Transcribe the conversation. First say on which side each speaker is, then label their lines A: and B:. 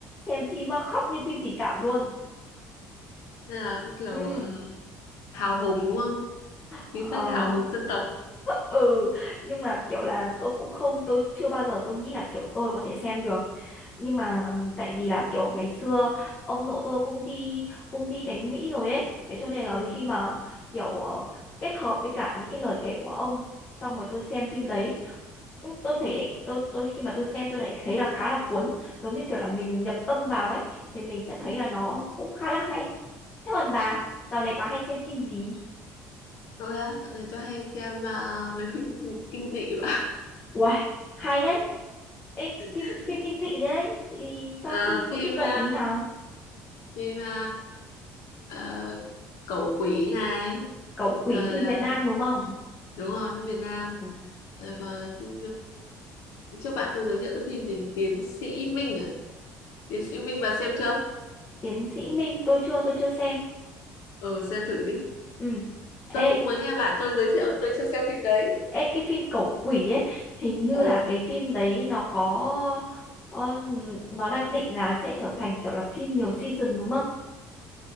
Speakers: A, on the left; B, on the left.
A: Xem phim mà khóc như phim tình cảm luôn.
B: Nên là cũng kiểu
A: Ừ.
B: ờ, hào hùng đúng không?
A: Ờ
B: Khí phách hào hùng dân tộc.
A: ừ nhưng mà kiểu là tôi cũng không tôi chưa bao giờ tôi nghĩ là kiểu tôi có thể xem được nhưng mà tại vì là kiểu ngày xưa ông nội tôi cũng đi cũng đi đánh Mỹ rồi ấy thế cho nên là
B: Ừ.
A: khi mà kiểu ờ, kết hợp với cả những cái lời kể của ông xong rồi tôi xem phim đấy ừ, tôi thấy lại- tôi tôi khi mà tôi xem tôi lại thấy là khá là cuốn giống như kiểu là mình nhập tâm vào ấy thì mình sẽ thấy là nó cũng khá là hay thế còn bà dạo này bà hay xem phim gì
B: Tôi á, dạo này tôi hay xem ờ, mấy phim <laughs> kinh, kinh dị và
A: Uầy, hay đấy Ê, phim
B: <laughs>
A: phim kinh dị thế đấy thì cho
B: à,
A: xin
B: phim
A: một ít gợi
B: ờ,
A: ý nào
B: phim ờ, ờ, cẩu quỷ này.
A: cẩu quỷ
B: Rồi
A: phim Việt
B: ờ,
A: Nam đúng không
B: đúng rồi, phim Việt Nam.
A: ừ.
B: Rồi còn phim ờ, trước bạn tôi giới thiệu cái phim gì? Tiến sĩ Minh à? Tiến sĩ Minh bà xem chưa?
A: Tiến sĩ Minh tôi chưa tôi chưa xem
B: Ừ, xem thử đi.
A: ừ.
B: Tôi
A: ê,
B: cũng mới nghe bạn tôi giới thiệu, tôi chưa xem phim đấy.
A: ê cái phim cẩu quỷ ấy hình như
B: Ờ,
A: là cái phim đấy nó có ờ, nó đang định là sẽ trở thành kiểu là phim nhiều season đúng không